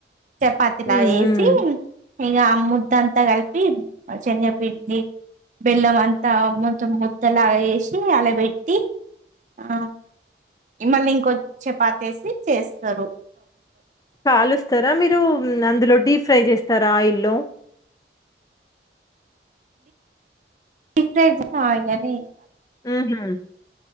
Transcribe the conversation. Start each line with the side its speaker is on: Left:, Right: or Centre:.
Right: చపాతలాగ
Left: హ్మ్.
Right: చేసి
Left: హ్మ్.
Right: ఇగ ముద్దంతా కలిపి శనగపిండి బెల్లం అంత మొత్తం ముద్దలాగ చేసి అల్ల పెట్టి ఆ మళ్ళీ ఇంకొ చపాతి వేసి చేస్తారు
Left: కాలుస్తారా మీరు అందులో డీప్ ఫ్రై చేస్తారా ఆయిల్లో
Right: డీ ఫ్రై చే అయిల్ ళ్లనే
Left: ఉహు